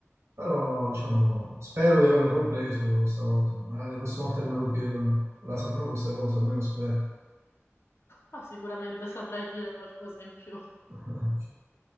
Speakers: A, on the right; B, on the left.
A: Però, diciamo, spero di averlo compreso stavolta. Magari la prossima volta che me lo chiedono la saprò questa cosa, almeno spero.
B: Ma sicuramente saprei dire qualcosa in più.
A: <laughs>